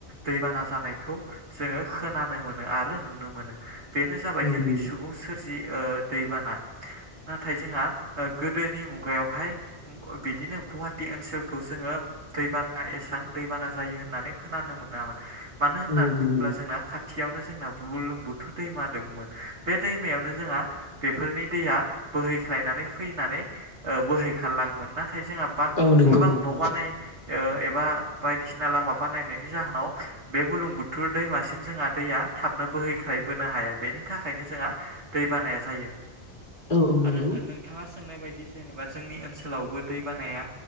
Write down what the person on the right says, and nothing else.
दैबाना जानायखौ जोङो खोनानो मोनो आरो नुनो मोनो बेनो जाबाय
जोंनि
सुबुं सोरजि ओ दैबाना। नाथाय जोंहा ओ गोदोनि मुगायावहाय बिदिनो गुवाहाटि ओनसोलखौ जोङो दैबाना एसां दैबाना जायो होननानै खोनानो मोनामोन। मानो होननानै
बुङोब्ला जोंना खाथियावनो जोंना बुलुं बुथुर दैमा द दोंमोन बे दैमायावनो जोंहा बेफोरनि दैया बोहैख्लायनानै फैनानै ओ ओ बोहैखारलङोमोन नाथाय जोंहा बान
गोबां
न' बानाय ओ एबा बायदिसिना लामा बानायनायनि जाहोनाव बे बुलुं बुथुर दैमासिम जोंहा दैया थाबनो बोहैखा खाय बोनो हायाखै बेनि थाखायनो जोंहा दै बानाया जायो।
आरो नोंथाङा सोंनाय बायदि जेनेबा जोंनि ओनसोलावबो दै बानाया